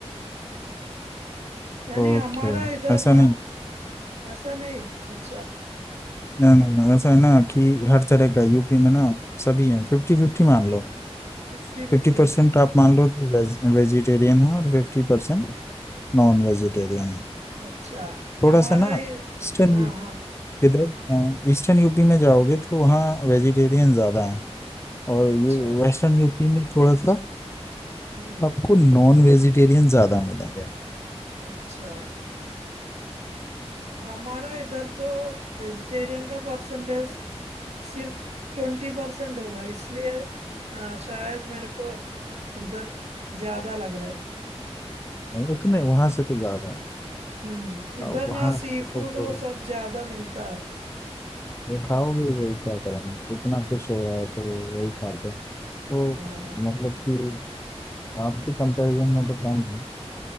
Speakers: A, on the right (about 75°); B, on the left (about 25°).
A: यानी
B: ओके
A: हमारा इधर
B: ऐसा
A: ना
B: नहीं
A: ऐसा नहीं अच्छा
B: नहीं नहीं नहीं, ऐसा है ना कि हर तरह का यूपी में ना सभी है फिफ्टी फिफ्टी मान लो
A: Fifty
B: फिफ्टी
A: fifty
B: परसेंट आप मान लो कि वेज, वेजिटेरियन है और फिफ्टी परसेंट नॉन वेजिटेरियन
A: अच्छा
B: थोड़ा
A: हमारा
B: सा ना
A: ये
B: ईस्टर्न
A: हाँ हाँ
B: किधर ईस्टर्न यूपी में जाओगे तो वहाँ वेजिटेरियन ज़्यादा हैं और
A: अच्छा
B: ये वेस्टर्न यूपी में थोड़ा सा
A: हम्म
B: आपको नॉन वेजिटेरियन ज़्यादा मिलेंगे
A: अच्छा हमारा इधर तो वेजिटेरियन का परसेंटेज सिर्फ ट्वेंटी परसेंट होगा इसलिए आ, शायद मेरे को उधर ज्यादा लग रहा है
B: उतने वहाँ से तो ज़्यादा है
A: हम्म इधर
B: और वहाँ
A: ना सी
B: से तो
A: फूड वो
B: वो
A: सब ज्यादा मिलता है
B: वो खाओगे वही क्या करेंगे इतना फिश हो रहा है तो वही खाते हैं तो
A: हाँ
B: मतलब कि आपके कंपैरिजन में तो कम है